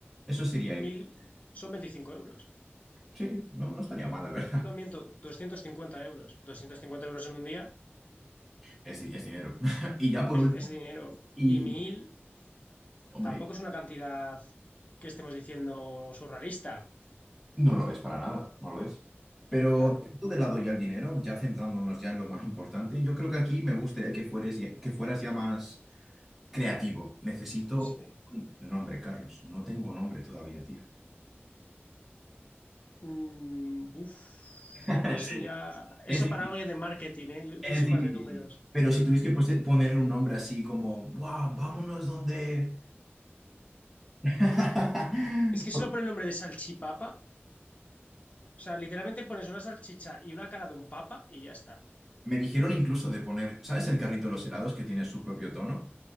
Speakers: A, in the centre; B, on the left.
A: Eso sería bien.
B: 1.000, son 25 euros.
A: Sí, no, no estaría mal, la verdad.
B: No miento,
A: <laughs>
B: 250 euros, 250 euros en un día
A: Es, di- es dinero. <laughs> Y ya por
B: es,
A: último,
B: es dinero
A: y
B: y 1.000.
A: hombre,
B: Tampoco es una cantidad que estemos diciendo surrealista,
A: no lo es para nada, no lo es.
B: claro.
A: dejando de lado ya el dinero, ya centrándonos ya en lo más importante, yo creo que aquí me gustaría que fueres ya- que fueras ya más creativo. Necesito
B: Sí.
A: un nombre, Carlos. No tengo nombre todavía, tío.
B: Mm, uf,
A: <laughs>
B: eso ya,
A: Ya
B: eso
A: Es difícil,
B: para algo ya de marketing, ¿eh? Yo,
A: es
B: yo soy
A: difícil.
B: más de números.
A: Pero si tuviste que pose- ponerle un nombre así como, ¡buah! Vámonos donde. <laughs>
B: Es que solo por el nombre de salchipapa, o sea, literalmente pones una salchicha y una cara de un papa y ya está.
A: Me dijeron incluso de poner, ¿sabes el carrito de los helados que tiene su propio tono?